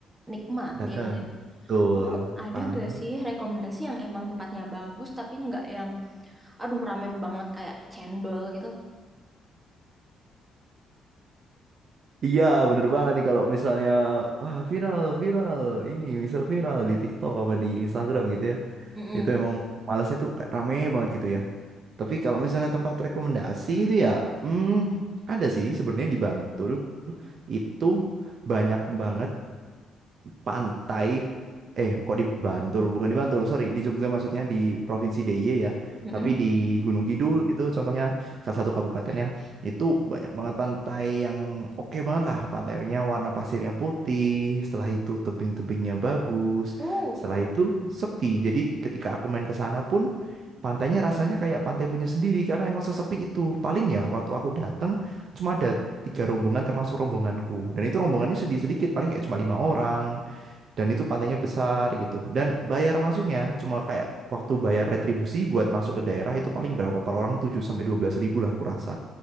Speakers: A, on the right; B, on the right.
A: nikmatin.
B: dateng.
A: ya.
B: Betul.
A: Kamu ada
B: Nah,
A: gak sih rekomendasi yang emang tempatnya bagus, tapi nggak yang, aduh rame banget kayak cendol gitu?
B: Iya, bener banget nih kalau misalnya wah viral, viral. Ini misal viral di TikTok apa di Instagram gitu ya.
A: Mm-mm.
B: Itu emang malesnya tuh kayak rame banget gitu ya. Tapi kalau misalnya tempat rekomendasi itu ya, hmm, ada sih sebenarnya di Bantul itu banyak banget pantai eh kok di Bantul bukan di Bantul sorry di Jogja maksudnya di Provinsi DIY ya
A: Mm-mm.
B: tapi di Gunung Kidul gitu contohnya salah satu kabupatennya itu banyak banget pantai yang oke banget lah pantainya warna pasirnya putih setelah itu tebing-tebingnya bagus
A: Oh,
B: setelah itu sepi jadi ketika aku main ke sana pun pantainya rasanya kayak pantai punya sendiri karena emang sesepi itu paling ya waktu aku dateng cuma ada tiga rombongan termasuk rombonganku dan itu rombongannya sedih sedikit paling kayak cuma lima orang dan itu pantainya besar gitu dan bayar masuknya cuma kayak waktu bayar retribusi buat masuk ke daerah itu paling berapa per orang 7 sampai 12 ribu lah aku rasa